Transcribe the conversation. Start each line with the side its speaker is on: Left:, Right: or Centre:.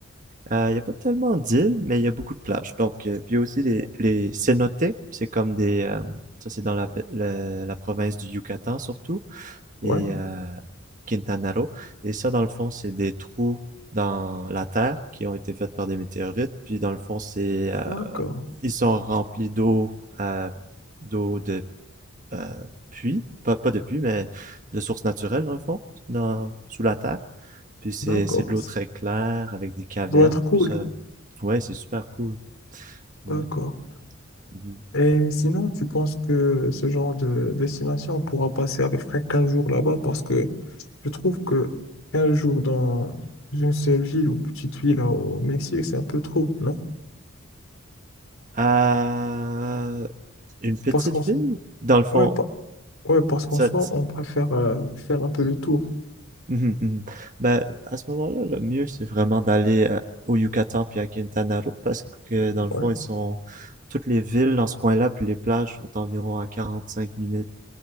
Right: Euh, Il y a pas tellement d'îles, mais il y a beaucoup de plages. Donc, euh, puis il y a aussi les, les cénotes. C'est comme des. euh, ça, c'est dans la, pe- le- la province du Yucatan surtout. et
Left: Ouais,
Right: euh, Quintana Roo. Et ça, dans le fond, c'est des trous dans la terre qui ont été faits par des météorites. Puis, dans le fond, c'est euh,
Left: d'accord,
Right: ils sont remplis d'eau, euh, d'eau de euh, puits, pas, pas de puits, mais de sources naturelles, dans le fond, dans, sous la terre. Puis, c'est,
Left: d'accord.
Right: c'est de l'eau
Left: Ça
Right: très claire avec des cavernes.
Left: doit être cool,
Right: Puis, ça, ouais, c'est super cool. Ouais.
Left: d'accord.
Right: Mhm.
Left: Et sinon, tu penses que ce genre de destination, on pourra passer à peu près 15 jours là-bas parce que je trouve que 15 jours dans une seule ville ou petite ville au Mexique, c'est un peu trop, non?
Right: Euh, une petite
Left: Parce qu'on
Right: ville, dans le fond.
Left: Ouais, pa- ouais, parce qu'en
Right: Ça,
Left: soi, on préfère euh, faire un peu le tour.
Right: Mhm, mhm. Ben, à ce moment-là, le mieux, c'est vraiment d'aller euh, au Yucatan puis à Quintana Roo parce que dans le
Left: Ouais,
Right: fond, ils sont toutes les villes dans ce coin-là puis les plages sont environ à 45 minutes